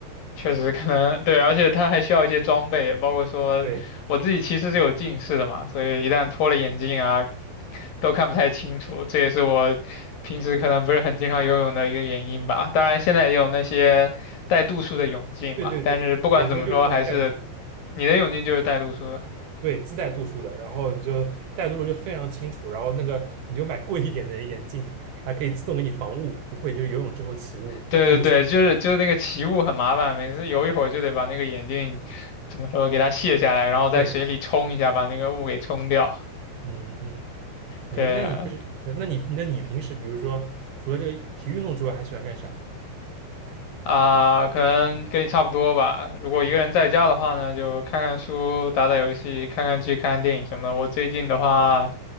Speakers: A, on the left (about 60°); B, on the right (about 70°).
A: 确实可能对，而且它还需要一些装备，包括说我自己其实是有近视的嘛，
B: 对
A: 所以一旦脱了眼镜啊，都看不太清楚，这也是我平时可能不是很经常游泳的一个原因吧。当然，现在也有那些带度数的泳镜嘛，
B: 对对对，
A: 但是不管怎么说，
B: 我说就是那个带度数，
A: 还是你的泳镜就是带度数的。
B: 对，自带度数的，然后你就带度数就非常清楚，然后那个你就买贵一点的眼镜，还可以自动给你防雾，不会就是游泳之后起雾看不清。
A: 对对对，就是就是那个起雾很麻烦，每次游一会儿就得把那个眼镜怎么说给它卸下来，然后在水里冲一下，
B: 对，
A: 把那个雾给冲掉。
B: 嗯嗯，哎，
A: 对
B: 那你就是，呃那你那你平时比如说，除了这个体育运动之外，还喜欢干啥？
A: 啊，可能跟你差不多吧。如果一个人在家的话呢，
B: 嗯
A: 就看看书、打打游戏、看看剧、看看电影什么的。我最近的话，